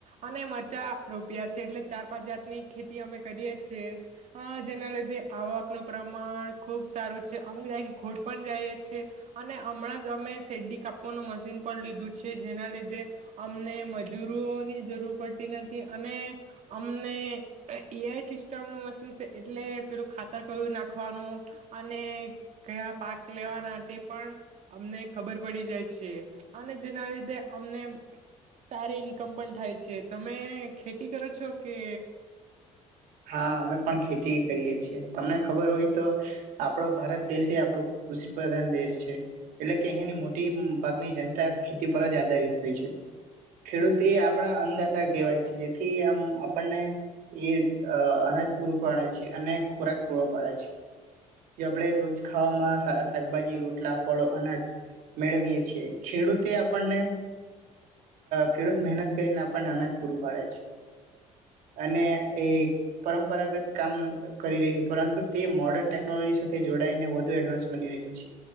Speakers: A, on the right; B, on the right.
A: અને મરચાં રોપ્યા છે એટલે ચાર પાંચ જાતની ખેતી અમે કરીએ છીએ જેના લીધે આવકનું પ્રમાણ ખૂબ સારું છે અમુક જાાય ખોટ પણ જઈએ છીએ અને હમણાં જ અમે શેરડી કાપવાનું મશીન પણ લીધું છે જેના લીધે અમને મજૂરોની જરૂર પડતી નથી અને અમને ઈઆઈ સિસ્ટમનું મશીન છે એટલે પેલું ખાતર કયું નાખવાનું અને કયા પાક લેવાના તે પણ અમને ખબર પડી જાય છે અને જેના લીધે અમને સારી ઈન્કમ પણ થાય છે. તમે ખેતી કરો છો કે
B: હા અમે પણ ખેતી કરીએ છે, તમને ખબર હોય તો, આપણો ભારત દેશ એ આપણો કૃષિ પ્રધાન દેશ છે, એટલે કે અહીંની મોટી ભાગની જનતા ખેતી પર જ આધારિત હોય છે, ખેડૂત એ આપણા અન્નદાતા કહેવાય છે જેથી આમ આપણને એ અનાજ પૂર પાડે છે અને ખોરાક પૂરો પાડે છે, જો આપણે રોજ ખાવામાં શાકભાજી રોટલા ફળો અનાજ, મેળવીએ છીએ, ખેડૂતે આપણને ખેડૂત મહેનત કરીને આપણને અનાજ પૂરું પાડે છે, અને એ પરંપરાગત કામ કરી રહ્યું પરંતુ તે મોડર્ન ટેકનોલોજી સાથે જોડાઈને વધુ એડવાન્સ બની રહી છે,